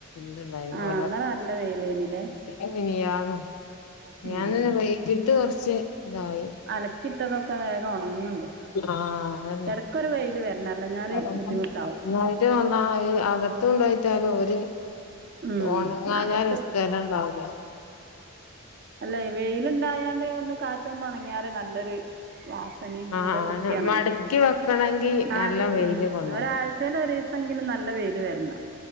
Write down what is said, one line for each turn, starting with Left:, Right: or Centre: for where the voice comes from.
Left: ത് ണ്ടായിരുന്നു
Right: ആഹ്
Left: ഓലർച്ച
Right: ഇന്നലെ നല്ല വെയിലേനില്ലേ
Left: പിന്നെ മിനിയാന്നും മിനിയാന്ന്
Right: ഉം
Left: വൈകിട്ട് കൊറ ച്ച് തായേര്ന്നു
Right: അലക്കിയിട്ടതൊക്കെ വേഗം ഉണങ്ങുന്നുണ്ട്
Left: ആഹ്
Right: ഇടക്കൊരു വെയില് വരണം അല്ലഞ്ഞാല്
Left: ഒണങ്ങായിട്ട്
Right: ബുദ്ധിമുട്ടാവും
Left: അകത്തും ട്ടാലും ഓര്
Right: ഉം
Left: ഒണങ്ങാഞ്ഞാല്
Right: അകത്ത്
Left: സ്ഥലണ്ടാവൂല
Right: അല്ലെയ് വെയ്ല്ണ്ടായാണ്ട് ഒന്ന് കാ റ്റൊണ്ട് ഉണങ്യാല് നല്ലൊരു വ പനി
Left: ആഹ്
Right: നല്ല വൃത്യാണല്ലോ
Left: മടക്കി വെക്കണെങ്കി
Right: നാല്
Left: നല്ല വെയില്
Right: ഊം
Left: കൊള്ളണം
Right: ഒരാഴ്ചെയ്ലൊരീസ ങ്കിലും നല്ല വെയിൽ വരണം